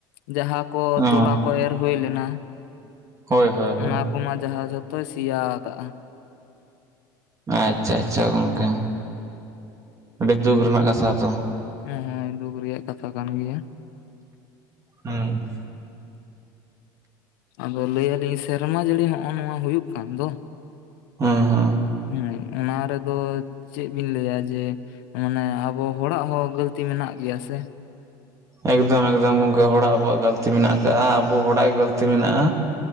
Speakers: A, on the left (about 75°); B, on the right (about 30°).
A: ᱡᱟᱦᱟᱸ ᱠᱚ
B: ᱚ
A: ᱛᱚᱞᱟ ᱠᱚ ᱮᱨ ᱦᱩᱭ ᱞᱮᱱᱟ
B: ᱦᱳᱭ ᱦᱳᱭ ᱦᱳᱭ
A: ᱚᱱᱟ ᱠᱚᱢᱟ ᱡᱟᱦᱟ ᱡᱷᱚᱛᱚᱭ ᱥᱮᱭᱟ ᱟᱠᱟᱜ-ᱟ
B: ᱟᱪᱪᱷᱟ ᱟᱪᱪᱷᱟ ᱜᱚᱝᱠᱮ ᱟᱹᱰᱤ ᱫᱩᱠ ᱨᱮᱱᱟᱜ ᱠᱟᱛᱷᱟ ᱛᱚ
A: ᱦᱮᱸ ᱦᱮᱸ ᱫᱩᱠ ᱨᱮᱭᱟᱜ ᱠᱟᱛᱷᱟ ᱠᱟᱱ ᱜᱮᱭᱟ
B: ᱦᱩᱸ
A: ᱟᱫᱚ ᱞᱟᱹᱭᱟᱞᱤᱧ ᱥᱮᱨᱢᱟ ᱡᱟᱹᱲᱤ ᱦᱚᱸᱜ-ᱚ ᱱᱚᱣᱟ ᱦᱩᱭᱩᱜ ᱠᱟᱱ ᱫᱚ
B: ᱦᱩᱸ ᱦᱩᱸ
A: ᱦᱩᱸ ᱚᱱᱟ ᱨᱮᱫᱚ ᱪᱮᱫ ᱵᱤᱱ ᱞᱟᱹᱭᱟ ᱡᱮ ᱢᱟᱱᱮ ᱟᱵᱚ ᱦᱚᱲᱟᱜ ᱦᱚᱸ ᱜᱟᱹᱞᱛᱤ ᱢᱮᱱᱟᱜ ᱜᱮᱭᱟ ᱥᱮ
B: ᱮᱠᱫᱚᱢ ᱮᱠᱫᱚᱢ ᱜᱚᱝᱠᱮ ᱦᱚᱲᱟᱜ ᱟᱵᱚᱣᱟᱜ ᱜᱟᱹᱞᱛᱤ ᱢᱮᱱᱟᱜ ᱟᱠᱟᱜ-ᱟ ᱟᱵᱚ ᱦᱚᱲᱟᱜ ᱜᱮ ᱜᱟᱹᱞᱛᱤ ᱢᱮᱱᱟᱜᱟ